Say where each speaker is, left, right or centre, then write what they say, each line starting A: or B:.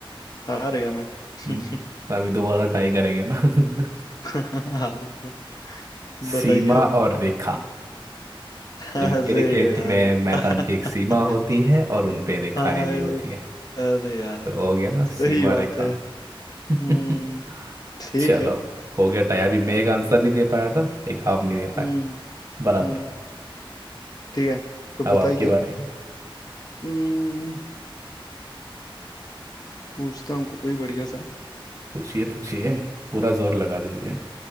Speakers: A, on the left; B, on the right.
A: हार गया मैं <laughs>
B: हम्म अभी दोबारा ट्राई करेंगे ना <laughs>
A: हार गया
B: सीमा
A: बताइए आप
B: और रेखा
A: अरे
B: तो क्रिकेट
A: यार
B: में मैदान
A: <laughs>
B: की एक सीमा होती है और उन पे रेखाएं
A: हाँ
B: भी
A: यार,
B: होती है
A: अरे यार
B: तो हो गया ना
A: सही
B: सीमा
A: बात
B: रेखा
A: है हम्म
B: <laughs>
A: ठीक
B: चलो
A: है
B: हो गया टाई अभी मैं एक आंसर नहीं दे पाया था एक आप नहीं दे पाए
A: हम्म
B: बराबर
A: हम्म ठीक है तो
B: अब
A: बताइए
B: आपके बारे हैं
A: हम्म पूछता हूँ कोई बढ़िया सा
B: पूछिए पूछिए पूरा जोर लगा दीजिए